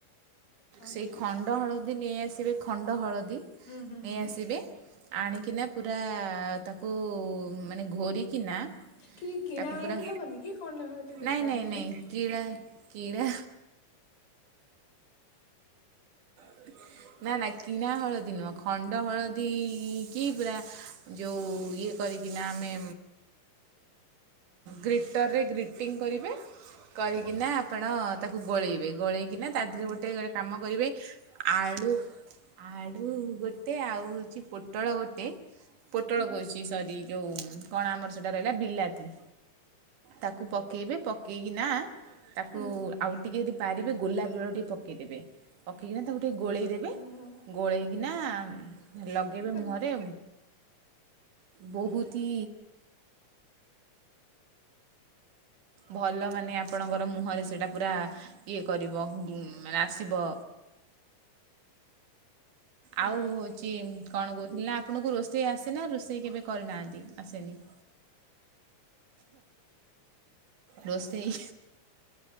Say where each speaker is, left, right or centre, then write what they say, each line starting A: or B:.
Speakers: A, on the left (about 55°); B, on the right (about 75°).
A: କଣ
B: ସେଇ
A: କହିଲେ?
B: ଖଣ୍ଡ ହଳଦୀ ନେଇ ଆସିବେ ଖଣ୍ଡ ହଳଦୀ
A: ହୁଁ ହୁଁ ହୁଁ
B: ନେଇ ଆସିବେ ଆଣିକିନା ପୁରା ତାକୁ ମାନେ ଘୋରି କି ନା
A: କି କିଣା
B: ତାକୁ
A: ହଳଦୀ
B: ପୁରା
A: ହବନି କି କଣ ହଳଦୀ ଦରକାର
B: ନାଇଁ ନାଇଁ
A: ନିହାତି।
B: ନାଇଁ କିଳା କିରା। <inaudible> ନା ନା କିଣା ହଳଦୀ ନୁହଁ ଖଣ୍ଡ ହଳଦୀ କି ପୁରା ଯୋଉ ଇଏ କରିକିନା ଆମେ ଗ୍ରୀଟରରେ ଗ୍ରୀଟିଂ କରିବେ। କରିକିନା ଆପଣ ତାକୁ ଗୋଳେଇବେ ଗୋଳେଇକିନା ତା ଦେହରେ ଗୋଟେ ଗୋଟେ କାମ କରିବେ ଆଳୁ ଆଳୁ ଗୋଟେ ଆଉ ହୋଉଚି ପୋଟଳ ଗୋଟେ ପୋଟଳ
A: ହୁଁ
B: କୋହୁଚି ସରି ଯୋଉ କଣ ଆମର ସେଇଟା ରହିଲା ବିଲାତି। ତାକୁ ପକେଇବେ ପକେଇକି ନା। ତାକୁ
A: ହୁଁ
B: ଆଉ ଟିକେ ଜେଦି ପାରିବେ ଗୋଲାପ ଜଳ ଟିକେ ପକେଇ ଦେବେ ପକେଇକିନା ତାକୁ ଟିକେ ଗୋଳେଇ ଦେବେ
A: ଓହୋ
B: ଗୋଳେଇକିନା ଲଗେଇବେ
A: ମାନେ
B: ମୁହଁରେ। ବୋହୁତି ଭଲ ମାନେ ଆପଣଙ୍କର ମୁହଁରେ ସେଇଟା ପୁରା ଇଏ କରିବ ମାନେ ଆସିବ।
A: ଓହୋ
B: ଆଉ ଚି କଣ କୋହୁଥିଲି ନା ଆପଣଙ୍କୁ ରୋଷେଇ ଆସେନା ରୋଷେଇ କେବେ କରିନାହାନ୍ତି ଆସେନି? ରସେଇ